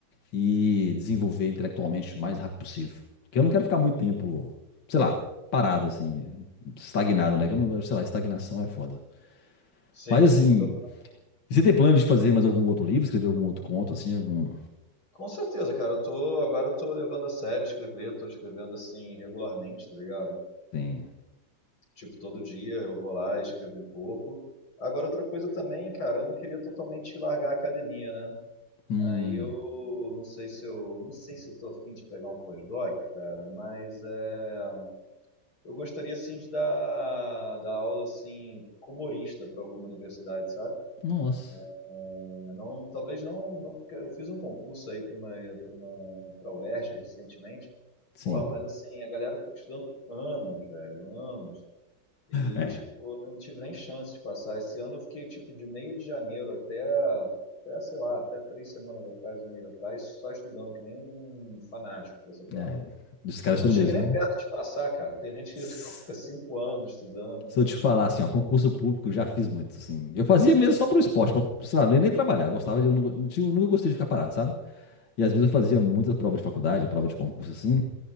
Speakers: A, on the left; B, on the left.
A: e desenvolver intelectualmente o mais rápido possível. Porque eu não quero ficar muito tempo, sei lá, parado, assim, estagnado,
B: Uhum.
A: né? Que eu não, sei lá, estagnação é foda.
B: Sim,
A: Mas assim,
B: sim. tô-
A: e você tem plano de fazer mais algum outro livro, escrever algum outro conto, assim, algum.
B: Com certeza, cara. Eu tô, agora eu tô levando a sério escrever, tô escrevendo assim regularmente, tá ligado?
A: Tem.
B: Tipo, todo dia eu vou lá e escrevo um pouco. Agora, outra coisa também, cara, eu não queria totalmente largar a academia, né?
A: Hum.
B: Aí eu não sei se eu não sei se eu tô afim de pegar um pós-doc, cara, mas é, eu gostaria assim de dar, dar aula assim como humorista para alguma universidade, sabe?
A: Nossa.
B: É, não, talvez não, não, porque eu fiz um concurso aí para uma para uma para a UERJ recentemente.
A: Sim.
B: Porra, mas assim, a galera fica estudando anos, velho, anos. E,
A: É.
B: tipo, eu não tive nem chance de passar. Esse ano eu fiquei, tipo, de meio de janeiro até, até, sei lá, até três semanas atrás, um mês atrás, só estudando, que nem um fanático para essa prova.
A: é os caras
B: E eu não
A: tudo
B: cheguei
A: mesmo,
B: nem
A: viu?
B: perto de passar, cara. Tem gente que
A: Se
B: <laughs> fica cinco anos estudando.
A: eu te falar assim, ó, concurso público, eu já fiz muito, assim. Eu fazia mesmo só pro esporte, pra, sei lá, não ia nem trabalhar. Eu gostava de. Eu, não, não tinha- eu nunca gostei de ficar parado, sabe? E às vezes
B: Uhum.
A: eu fazia muitas provas de faculdade, prova de concurso assim,